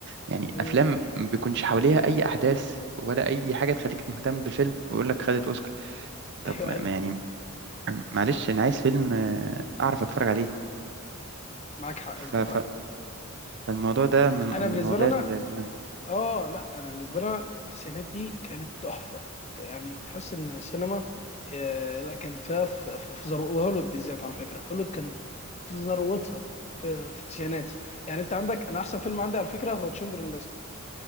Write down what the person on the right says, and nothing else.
يعني
افلام ما بيكونش حواليها اي احداث ولا اي حاجه تخليك مهتم بالفيلم ويقول لك خدت اوسكار طب
ما
ما يعني معلش انا عايز فيلم آه، اعرف اتفرج عليه
ف-
ف- فالموضوع ده من من
المواضيع
المهمه